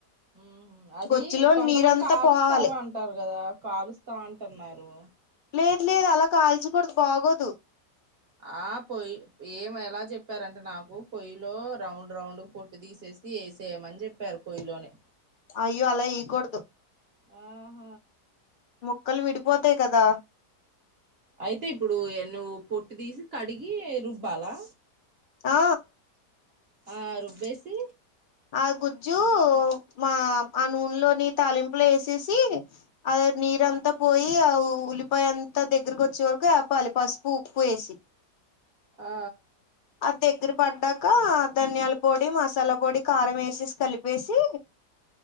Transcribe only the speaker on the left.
గొజ్జులో
నీరంతా
పోవాలి
లేదు లేదు అలా కాల్చకూడాదు బాగోదు
అయ్యో అలా ఎయికూడదు.
ముక్కలు విడిపోతయి కదా
ఆ
ఆ గుజ్జు మా ఆ నూనెలోని తాలింపులు ఏసేసి అదే నీరంతా పోయి ఆ ఉల్లిపాయ అంతా దగ్గరకి వచ్చే వరకు ఆపాలి పసుపు ఉప్పు ఏసి
అది దగ్గర పడ్డాక ధనియాల పొడి మసాలా పొడి కారం ఏసేసి కలిపేసి